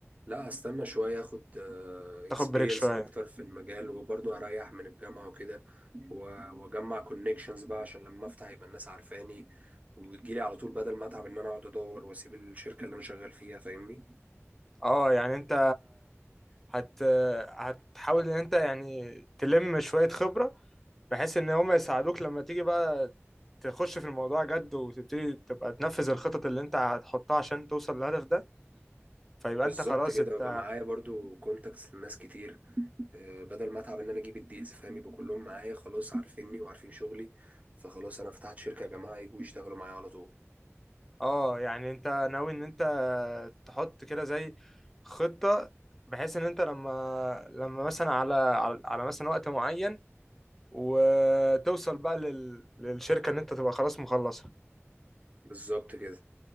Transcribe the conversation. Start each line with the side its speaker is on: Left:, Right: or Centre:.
Right: لا هستنى شوية اخد
Centre: تاخد
Right: اكسبيرينس
Centre: بريك شوية
Right: اكتر في المجال وبرضه هريح من الجامعة وكده و- واجمع كونكشنز بقى عشان لما افتح يبقى الناس عارفاني وتجيلي على طول بدل ما اتعب ان انا اقعد ادور واسيب الشركة اللي انا شغال فيها فاهمني
Centre: اه يعني انت هت هتحاول ان انت يعني تلم شوية خبرة بحيث ان هم يساعدوك لما تيجي بقى تخش في الموضوع جد وتبتدي تبقى تنفذ الخطط اللي انت هتحطها عشان توصل للهدف ده فيبقى
Right: بالظبط
Centre: انت خلاص
Right: كده
Centre: انت
Right: ويبقى معايا برضه كونتاكتس لناس كتير آه، بدل ما اتعب ان انا اجيب الديلز فاهم يبقى كلهم معايا خلاص عارفيني وعارفين شغلي فخلاص انا فتحت شركة يا جماعة يجوا يشتغلوا معايا على طول
Centre: اه يعني انت ناوي ان انت تحط كده زي خطة بحيث ان انت لما لما مثلا على على على مثلا وقت معين وتوصل بقى لل... للشركة ان انت تبقى خلاص مخلصة
Right: بالظبط كده